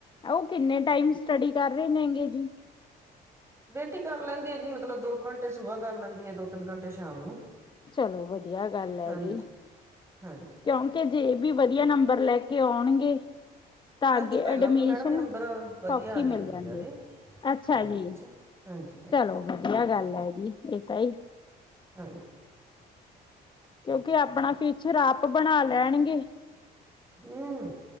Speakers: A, on the left; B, on the right.
A: ਓ ਕਿੰਨੇ ਟਾਈਮ ਸਟੱਡੀ ਕਰ ਰੇ ਨੇਂਗੇ ਜੀ।
B: ਬੇਟੀ ਕਰ ਲੈਂਦੀ ਹੈ ਜੀ ਮਤਲਬ ਦੋ ਘੰਟੇ ਸੁਬਹ ਕਰ ਲੈਂਦੀ ਹੈ ਦੋ ਤਿੰਨ ਘੰਟੇ ਸ਼ਾਮ ਨੂੰ
A: ਚਲੋ ਵਧੀਆ ਗੱਲ ਹੈਗੀ
B: ਹਾਂਜੀ ਹਾਂਜੀ
A: ਕਿਉਂਕਿ ਜੇ ਇਹ ਵੀ ਵਧੀਆ ਨੰਬਰ ਲੈ ਕੇ ਆਉਣਗੇ ਤਾਂ
B: ਹਾਂਜੀ
A: ਅੱਗੇ
B: ਪਹਿਲਾਂ
A: ਏਡਮਿਸ਼ਨ
B: ਵੀ ਮੈਡਮ ਨੰਬਰ ਵਧੀਆ
A: ਸੌਖੀ
B: ਆ ਗਏ
A: ਮਿਲ
B: ਗੁੜੀਆ
A: ਜਾਂਦੀ
B: ਦੇ
A: ਹੈ ਅੱਛਾ
B: ਨਾਈਨਥ
A: ਜੀ
B: ਚ ਹਾਂਜੀ ਹਾਂਜੀ
A: ਚਲੋ ਵਧੀਆ ਗੱਲ ਹੈ ਜੀ ਇਹ ਤਾਂ ਹੀ
B: ਹਾਂ
A: ਕਿਉਂਕਿ ਆਪਣਾ ਫਿਊਚਰ ਆਪ ਬਣਾ ਲੈਣਗੇ
B: ਹਮ